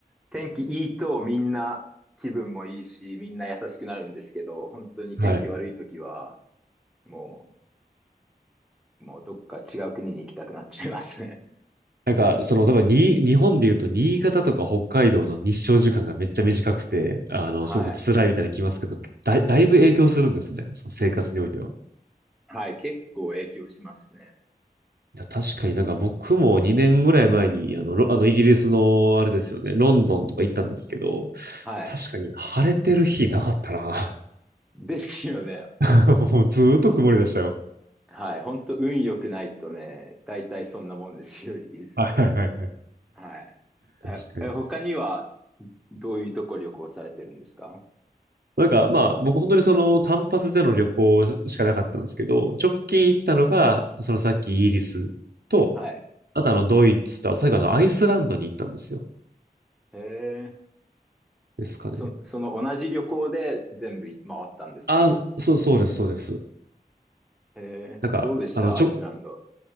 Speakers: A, in the centre; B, on the right.
A: 天気いいとみんな気分もいいし、みんな優しくなるんですけど、本当に天気悪い時は、
B: はい。
A: もう、もうどっか違う国に行きたくなっちゃいますね。
B: なんか、その、多分に、日本で言うと、新潟とか北海道の日照時間がめっちゃ短くて、あの、
A: <laughs> はい。
B: すごく辛いみたいなの聞きますけど、だい、だいぶ影響するんですね。その生活においては。
A: はい。結構影響しますね。
B: だ確かになんか僕も2年ぐらい前に、あの、ロあの、イギリスの、あれですよね、ロンドンとか行ったんですけど、
A: はい。
B: 確かに晴れてる日なかったな。
A: ですよね。
B: <laughs> もうずーっと曇りでしたよ。
A: おはい。本当運良くないとね、大体そんなもんですよ、イギリスって。
B: はいはいはいはい。
A: はい。
B: 確かに。
A: え、え他にはどういうとこ旅行されてるんですか
B: なんかまあ僕本当にその単発での旅行しかなかったんですけど、直近行ったのが、そのさっきイギリスと、
A: はい。
B: あとあのドイツと、最後あのアイスランドに行ったんですよ。
A: へえ。
B: ですかね。
A: そ、その同じ旅行で全部回ったんですか
B: ああ、そう、そうです、そうです。
A: へえ。
B: なんか、
A: どうでしたアイスランド。
B: あの、ちょ、